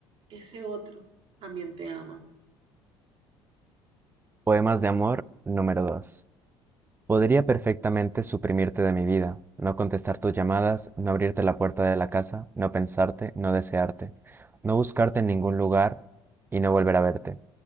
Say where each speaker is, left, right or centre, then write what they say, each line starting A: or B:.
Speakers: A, on the right; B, on the right.
A: ese otro también te ama.
B: Poemas de amor número 2. Podría perfectamente suprimirte de mi vida, no contestar tus llamadas, no abrirte la puerta de la casa, no pensarte, no desearte, no buscarte en ningún lugar y no volver a verte.